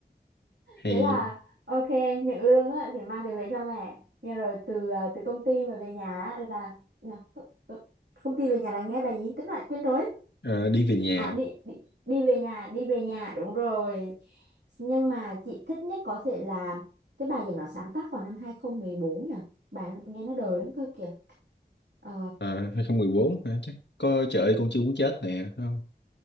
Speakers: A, on the left (about 85°); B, on the right (about 75°).
A: hay
B: thế là ok nhận lương á thì mang tiền về cho mẹ nhưng rồi từ à, từ công ty mà về nhà á là nhờ, co- co- công ty về nhà là nghe bài gì tính lại quên rồi
A: ờ, đi về nhà
B: à đi, đi đi về nhà đi về nhà đúng rồi nhưng mà chị thích nhất có thể là cái bài gì nó sáng tác vào năm 2014 nhỉ bài nó, nghe nó đời lắm cơ kìa ờ
A: ờ, 2014 hả chắc có trời ơi con chưa muốn chết nè đúng không